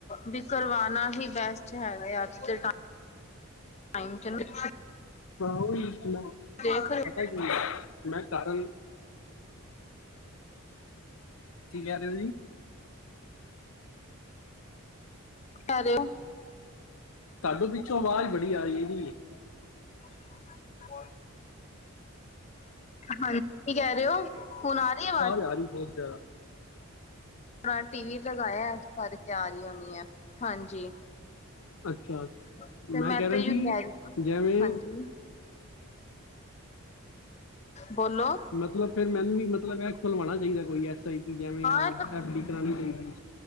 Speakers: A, on the left (about 30°); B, on the left (about 70°).
A: ਵੀ ਕਰਵਾਣਾ ਹੀ ਬੈਸਟ ਹੈਗਾ ਹੈ ਅੱਜ ਦੇ ਟਾਇਮ। ਟਾਈਮ ਚ ਨ ਤੁ
B: ਹਾਂ ਔਹੀ ਤੇ ਮੈ
A: ਦੇਖ ਰਹੇ ਹੋ
B: ਪਤਾ ਕਿ <unintelligible> ਮੈਂ ਕਾਰਨ ਕੀ! ਕਹਿ ਰਹੇ ਹੋ ਜੀ?
A: ਕ ਰੇ ਹੋ।
B: ਤੁਹਾਡੇ! ਪਿਛੌ ਆਵਾਜ਼ ਬੜੀ ਆ ਰਹੀ <unintelligible>
A: <inaudible> ਹਾਂਜ! ਕੀ ਕਹਿ ਰਹੇ ਔ, ਹੁਣ ਆ ਰੀ ਏ, ਆਵਾਜ਼,
B: ਸਾਰੀ ਬ <unintelligible> ਤਾ
A: ਹਾਂ ਟੀ ਵੀ ਲਗਾਇਆ <unintelligible> ਤਿਆਰੀ ਹੋਣੀ ਹੈ। ਹਾਂਜੀ।
B: ਅੱਛਾ
A: ਤੇ ਮੈਂ
B: ਕਹਿ ਰਿਹਾ
A: ਤੇ ਅਹੀ
B: ਸੀ
A: ਕੈ ਰੀ
B: ਜਿਵੇਂ
A: ਹਾਂਜੀ ਬੋਲੋ
B: ਮਤਲਬ ਫੇਰ ਮੈਨੂੰ ਵੀ ਮਤਲਬ ਇਹ ਖਲਵਾਣਾ ਚਾਹੀਦਾ ਕੋਈ ਐਸ ਆਈ ਪੀ ਜਿਵੇਂ
A: ਹਾਂ
B: ਆ ਐਫ ਡੀ ਕਰਾਣੀ ਚਾਹੀਦੀ